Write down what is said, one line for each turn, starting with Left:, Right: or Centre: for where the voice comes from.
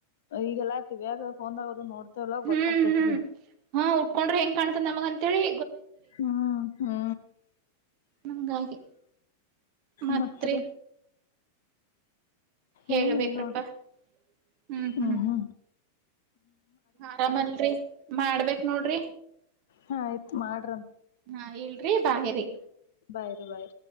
Left: ಈಗಲ್ಲಾ ತಿವ್ಯಾಗ್ ಆಗ ಹಫೋಂದಾಗದು ನೋಡ್ತೇವಲ್ಲ
Right: ಹ್ಮ್
Left: ಗೊತ್ತಾಕೇತ್ರಿ
Right: ಹ್ಮ್ ಹಾ ಉಟ್ಕೊಂಡ್ರೆ ಹೆಂಗ್ ಕಾಣ್ತದ ನಮಗ ಅಂತೇಳಿ
Left: ಹ್ಮ್ ಹ್ಮ್ ಹ್ಮ
Right: ನಂಗಾಗಿ ಮತ್ತೆ
Left: ಮತ್ರಿ
Right: ಹೇಳ್ಬೇಕ್ರಪ್ಪಾ
Left: ಏನಿಲ್ ನೋಡ್
Right: ಹ್ಮ್
Left: ಹ್ಮ
Right: ಹ್ಮ್
Left: ಹ್ಮ.
Right: ಆರಾಮಲ್ರಿ ಮಾಡ್ಬೇಕ್ ನೋಡ್ರಿ.
Left: ಹಾಯ್ತ ಮಾಡ್
Right: ಹಾ ಇಲ್ರಿ ಬಾಹೇರಿ.
Left: ಬಯ್ರೆ ಬಯ್.